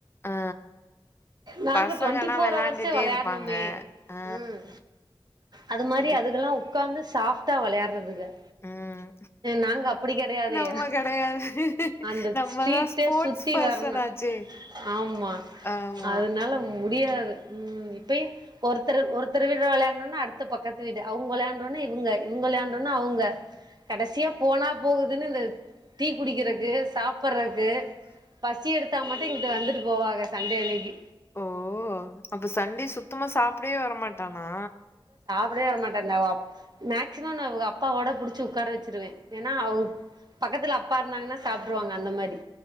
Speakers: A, on the left (about 25°); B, on the right (about 45°).
A: ஆ
B: நாங்க
A: பசங்கன்னா
B: ட்வெண்டி ஃபோர்
A: வெளாண்டுட்டே
B: அவர்சும் வெளயாடணுமே
A: இருப்பாங்க ஆ
B: உம் அது மாரி
A: அதுக்
B: அதுகெல்லா ஒக்காந்து சாஃப்டா வெளயாடுறது அதுக
A: ம்
B: நாங்க அப்டி கெடயாதே
A: நம்ம கெடையாது
B: அந்த
A: நம்மதா
B: ஸ்ட்ரீட்ட
A: ஸ்போர்ட்ஸ்
B: சுத்தி
A: பர்சன்
B: வரணு
A: ஆச்சே
B: ஆமா
A: ஆமா
B: அதனால முடியாது ம் இப்பயு ஒருத்தர் ஒரு ஒருத்தர் வீட்ல வெளயாண்ட ஒடனே அடுத்த பக்கத்து வீடு அவுங்க வெளயாண்ட ஒடனே இவுங்க வெளயாண்ட அவுங்க கடைசியா போனா போகுதுன்னு இந்த டீ குடிக்குறதுக்கு சாப்டறதுக்கு பசி எடுத்தா மட்டு இங்குட்டு வந்துருது போவாக சண்டே அன்னைக்கி
A: ஓ அப்போ சண்டே சுத்தமா சாப்பிடவே வரமாட்டானா
B: அப்டியே வர மாட்டாங்க மேக்சிம நா அவுங்க அப்பாவோட புடிச்சு ஒக்கார வச்சுருவே ஏன்னா அவுக பக்கத்துல அப்பா இருந்தாங்கன்னா சாப்டுருவாங்க அந்த மாரி